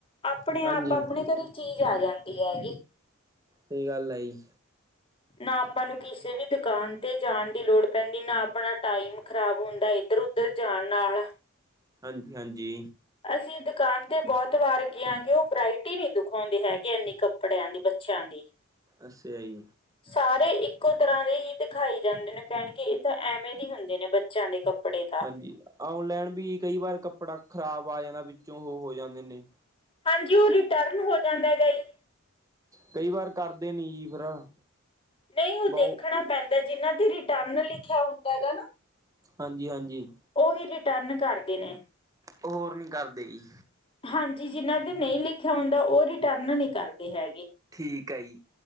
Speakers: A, on the left; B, on the right.
A: ਆਪਣੇ
B: ਹਾਂਜੀ
A: ਆਪ ਆਪਣੇ ਘਰੇ ਚੀਜ਼ ਆ ਜਾਂਦੀ ਹੈਗੀ
B: ਸਹੀ ਗੱਲ ਹੈ ਜੀ
A: ਨਾ ਆਪਾਂ ਨੂੰ ਕਿਸੇ ਵੀ ਦੁਕਾਨ ਤੇ ਜਾਣ ਦੀ ਲੋੜ ਪੈਂਦੀ ਨਾ ਆਪਣਾ ਟਾਈਮ ਖਰਾਬ ਹੁੰਦਾ ਇਧਰ ਉੱਧਰ ਜਾਣ ਨਾਲ।
B: ਹਾਂਜੀ ਹਾਂਜੀ
A: ਅਸੀਂ ਦੁਕਾਨ ਤੇ ਬਹੁਤ ਵਾਰ ਗਿਆਂਗੇ ਉਹ ਵਰਾਇਟੀ ਨਹੀਂ ਦਿੁਖਾਉਂਦੇ ਹੈਗੇ ਇੰਨੀ ਕੱਪੜਿਆਂ ਦੀ ਬੱਚਿਆਂ ਦੀ।
B: ਅੱਛਾ ਈ।
A: ਸਾਰੇ ਇੱਕੋ ਤਰ੍ਹਾਂ ਦੇ ਈ ਦਿਖਾਈ ਜਾਂਦੇ ਨੇ। ਕੈਣ ਗੇ ਏ ਤਾਂ ਐਵੇਂ ਦੇ ਹੀ ਹੁੰਦੇ ਨੇ ਬੱਚਿਆਂ ਦੇ ਕੱਪੜੇ ਦਾ
B: ਹਾਂਜੀ ਔਨਲਾਈਨ ਵੀ ਕਈ ਵਾਰ ਕੱਪੜਾ ਖ਼ਰਾਬ ਆ ਜਾਂਦਾ ਵਿੱਚੋਂ ਓ ਹੋ ਜਾਂਦੇ ਨੇ।
A: ਹਾਂਜੀ ਓ ਰਿਟਰਨ ਹੋ ਜਾਂਦਾ ਹੈਗਾ ਜੀ।
B: ਕਈ ਵਾਰ ਕਰਦੇ ਨੀ ਜੀ ਫਿਰ-
A: ਨਈ ਓ
B: ਬਹੁ
A: ਦੇਖਣਾ ਪੈਂਦਾ ਜਿਨਾਂ ਦੇ ਰਿਟਰਨ ਲਿਖਿਆ ਹੁੰਦਾ ਹੇਗਾ ਨਾ
B: ਹਾਂਜੀ ਹਾਂਜੀ
A: ਓਹੀ ਰਿਟਰਨ ਕਰਦੇ ਨੇ।
B: ਹੋਰ ਨੀ ਕਰਦੇ ਈ।
A: ਹਾਂਜੀ ਜਿਨਾਂ ਦੇ ਨਈ ਲਿਖਿਆ ਹੁੰਦਾ ਓ ਰਿਟਰਨ ਨਹੀਂ ਕਰਦੇ ਹੈਗੇ।
B: ਠੀਕ ਐ ਈ।